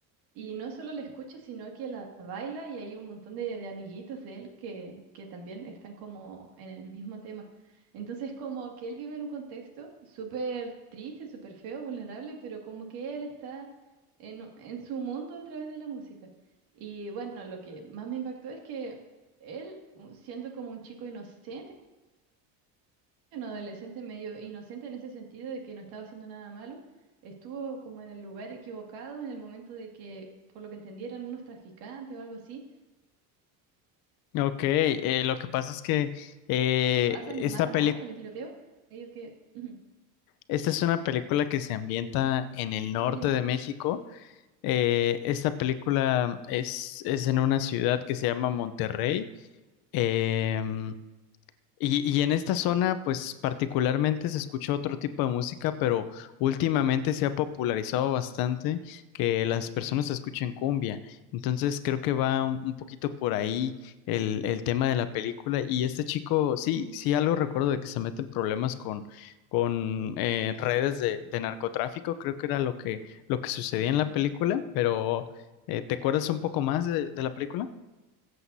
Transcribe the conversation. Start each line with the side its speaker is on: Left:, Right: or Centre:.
Right: Y no solo la escucha, sino que la baila y hay un montón de, de amiguitos de él que, que también están como en el mismo tema. Entonces como que él vive en un contexto súper triste, súper feo, vulnerable, pero como que él está en, en su mundo a través de la música. Y bueno, lo que más me impactó es que él, u- siendo como un chico inocente, un adolescente medio inocente en ese sentido de que no estaba haciendo nada malo, estuvo como en el lugar equivocado en el momento de que, por lo que entendieran, unos traficantes o algo así,
Left: Ok, eh, lo que pasa es que eh,
Right: pasan
Left: esta
Right: y matan
Left: peli-
Right: a otros, hay un tiroteo, medio que... Ujú.
Left: esta es una película que se ambienta en el
Right: Sí,
Left: norte
Right: dime.
Left: de México Eh, esta película es, es en una ciudad que se llama Monterrey. Em, y, y en esta zona, pues particularmente se escucha otro tipo de música, pero últimamente se ha popularizado bastante que las personas escuchen cumbia. Entonces creo que va un, un poquito por ahí el, el tema de la película. Y este chico, sí, sí algo recuerdo de que se mete en problemas con, con eh, redes de, de narcotráfico, creo que era lo que, lo que sucedía en la película, pero eh, ¿te acuerdas un poco más de de la película?